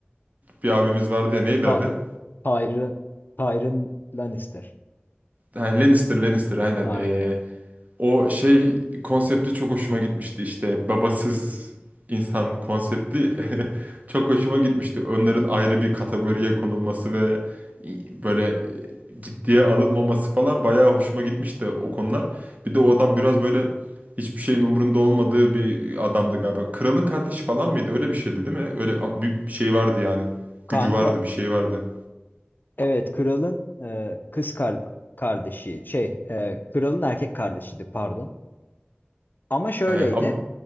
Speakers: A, on the right; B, on the left.
A: bir abimiz vardı ya neydi
B: Ta
A: adı?
B: Tyrion, Tyrion Lannister.
A: Ha, Lannister, Lannister aynen.
B: Aynen.
A: Ee, O şey konsepti çok hoşuma gitmişti işte babasız insan konsepti <laughs> çok hoşuma gitmişti. Onların ayrı bir kategoriye konulması ve böyle e, ciddiye alınmaması falan bayağı hoşuma gitmişti o konular. Bir de o adam biraz böyle hiçbir şeyin umrunda olmadığı bir adamdı galiba. Kralın kardeşi falan mıydı? Öyle bir şeydi değil mi? Öyle a- bir şey vardı yani.
B: Kanka
A: Gücü vardı, bir şey vardı.
B: evet kralın e, kız kar- kardeşi şey e, kralın erkek kardeşiydi pardon. Ama şöyleydi
A: Ee, ama